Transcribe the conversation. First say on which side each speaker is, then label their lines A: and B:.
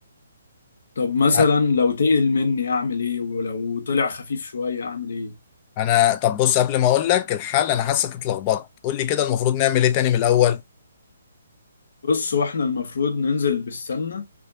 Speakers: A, on the left; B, on the left.
A: طب مثلا
B: أ-
A: لو تقل مني اعمل ايه ولو طلع خفيف شويه اعمل ايه
B: انا طب بص قبل ما اقول لك الحل انا حاسك اتلخبطت قول لي كده المفروض نعمل ايه تاني من الاول
A: بص واحنا المفروض ننزل بالسمنه